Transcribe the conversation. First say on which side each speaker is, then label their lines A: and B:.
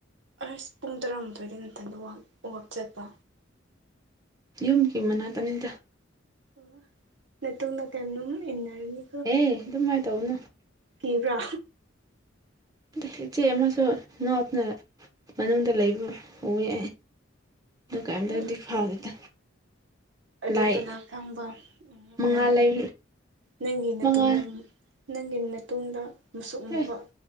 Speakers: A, on the right; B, on the right.
A: ꯑꯁ ꯄꯨꯡ ꯇꯔꯥꯃꯥꯊꯣꯏꯗ ꯊꯟꯗ ꯋꯥꯛ ꯆꯠꯄ
B: ꯌꯨꯝꯒꯤ ꯃꯅꯥꯛꯇꯅꯤꯗ
A: ꯑꯣ ꯅꯠꯇꯨꯡꯗ ꯀꯩꯅꯣꯝ ꯏꯟꯅꯔꯅꯤ
B: ꯑꯦ ꯑꯗꯨꯝꯃꯥꯏ ꯇꯧꯒꯅꯨ
A: ꯀꯤꯕ꯭ꯔꯥ
B: ꯑꯗꯨ ꯏꯆꯦ ꯑꯃꯁꯨ ꯂꯣꯠꯅ ꯃꯅꯨꯡꯗ ꯂꯩꯕ ꯎꯌꯦ ꯗꯨꯀꯥꯟꯗꯗꯤ
A: ꯑꯗꯨ
B: ꯐꯥꯎꯗꯦꯗ
A: ꯑꯗꯨ
B: ꯂꯥꯏ
A: ꯀꯅꯥ ꯈꯪꯕ
B: ꯃꯉꯥ
A: ꯅꯪ
B: ꯂꯩ
A: ꯅꯪꯒꯤ ꯅꯇꯨꯡꯗ
B: ꯃꯉꯥ
A: ꯑꯃꯨꯛ ꯅꯪꯒꯤ ꯅꯇꯨꯡꯗ ꯃꯨꯁꯨꯛ ꯃꯨꯕ
B: ꯑꯦ